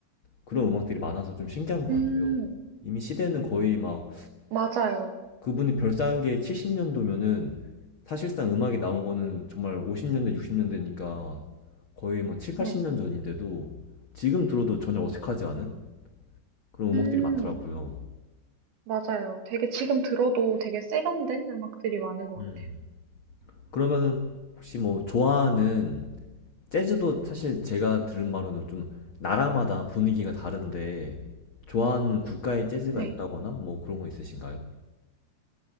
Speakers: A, on the left; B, on the right.
A: 그런 음악들이 많아서 좀 신기한 것
B: 음,
A: 같아요. 이미 시대는 거의 막
B: 맞아요.
A: 그분이 별 쌓은 게 70년도면은 사실상 음악이 나온 거는 정말 50년대, 60년대니까 거의 뭐 7, 80년
B: 네,
A: 전인데도 지금 들어도 전혀 어색하지 않은 그런 음악들이
B: 음,
A: 많더라고요.
B: 맞아요. 되게 지금 들어도 되게 세련된 음악들이 많은 것
A: 음.
B: 같아요.
A: 그러면은 혹시 뭐 좋아하는 재즈도 사실 제가 들은 바로는 좀 나라마다 분위기가 다른데 좋아하는 국가의 재즈가
B: 네,
A: 있다거나 뭐 그런 거 있으신가요?